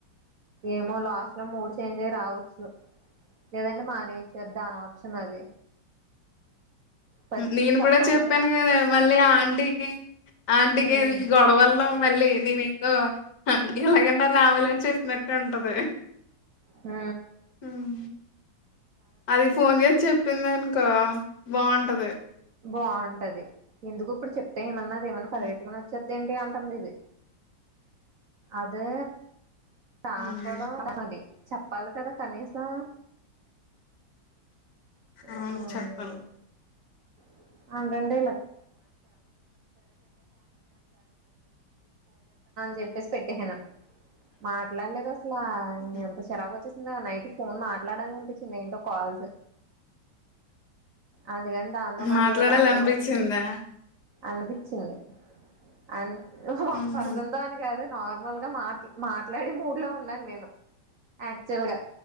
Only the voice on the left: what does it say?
నేను
కూడా చెప్పాను కదా మళ్ళీ ఆంటీకి ఆంటికి
ఈ గొడవల్లో మళ్ళీ నేను ఏదో అ ఎలాగన్నా రావులే అని చెప్పినట్టు ఉంటది
హ్మ్. అది ఫోన్ చేసి చెప్పింది అనుకో బాగుంటది
హ్మ్.
హ్మ్.
అవును
చెప్పాలి.
హ్మ్.
మాట్లాడాలనిపిచ్చిందా?
హుహు.